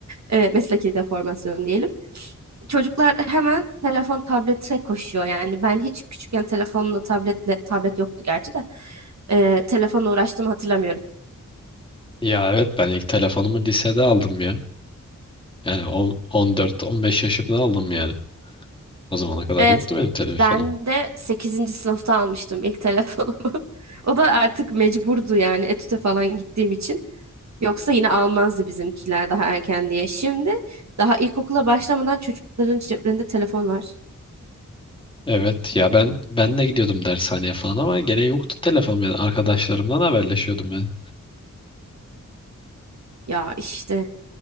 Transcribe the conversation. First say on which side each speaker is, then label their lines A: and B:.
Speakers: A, on the right (about 60°); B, on the left (about 15°).
A: Ee, mesleki deformasyon diyelim. Çocuklar hemen telefon tablete koşuyor yani ben hiç küçükken telefonla tabletle tablet yoktu gerçi de e, telefonla uğraştığımı hatırlamıyorum.
B: Ya evet ben ilk telefonumu lisede aldım ya. Yani on- 14-15 yaşımda aldım yani. O zamana kadar
A: Evet,
B: yoktu benim telefonum.
A: ben de sekizinci sınıfta almıştım ilk telefonumu. <laughs> O da artık mecburdu yani etüte falan gittiğim için. Yoksa yine almazdı bizimkiler daha erken diye. Şimdi daha ilkokula başlamadan çocukların ceplerinde telefon var.
B: Evet ya ben ben de gidiyordum dershaneye falan ama gene yoktu telefonum yani arkadaşlarımdan haberleşiyordum ben.
A: Ya işte